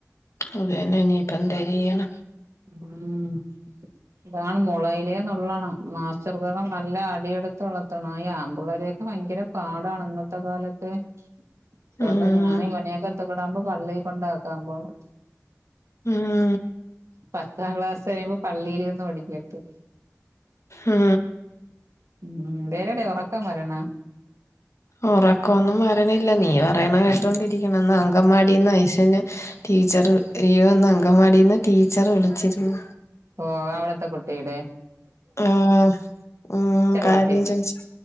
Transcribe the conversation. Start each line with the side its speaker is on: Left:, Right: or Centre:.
Left: അത് തന്നെ ഇനിയിപ്പന്തരീയ്യനാ
Right: ഉം ഇതാണ് മുളയിലേന്നുള്ളണം മാസ്റ്റർകൾ നല്ല അടികൊടുത്ത് വളർത്തണം ഈ ആമ്പിള്ളാരെ ക്കെ ഭയങ്കര പാടാണ് ഇന്നത്തെ കാലത്ത് അതോണ്ടാ
Left: ഉം
Right: ഞാൻ ഇവനെയെക്കെ എത്തക്കിടാവുമ്പൊ പള്ളീ കൊണ്ടാക്കാൻ പോണ്
Left: ഉം
Right: പത്താം ക്ലാസ് കഴിയുമ്പോ പള്ളിലിരിന്ന് പഠിക്കട്ടെ
Left: ഉം
Right: ഉം ന്തേരെടി ഒറക്കം വരണ്
Left: ഒറക്കംഒന്നും വരണില്ല നീ പറയ്ണ കേട്ടോണ്ടിരിക്ക്‌ണ് ഇന്ന് അങ്കവാടീന്ന് ഐഷൂന് ടീച്ചറ്‌ ലീവൊന്ന് അങ്കവാടീന്ന് ടീച്ചറ് വിളിച്ചിര്ന്നു
Right: ഓഹ് അവിടത്തെ കുട്ടീടെ
Left: ആഹ് ഉം കാര്യം
Right: കുട്ടി
Left: ചോയിച്ച്